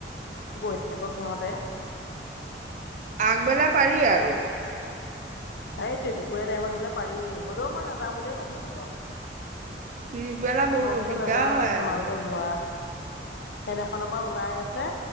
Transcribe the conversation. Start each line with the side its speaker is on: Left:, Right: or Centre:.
Left: গৈ থাকক সিহঁতে
Right: আগবেলা পাৰি আৰু।
Left: এইটোই দুপৰীয়া টাইমত হলে পাৰি হলেও মই নাযাওঁ বুলিয়ে কৈছো সিহঁতক।
Right: পিছবেলা বহুত
Left: মই কৈছো
Right: দিগদাৰ
Left: নাযাও
Right: হয়
Left: তোমালোকে
Right: আৰু।
Left: যোৱা সেইদিখনৰ পৰা ওলাই আছে।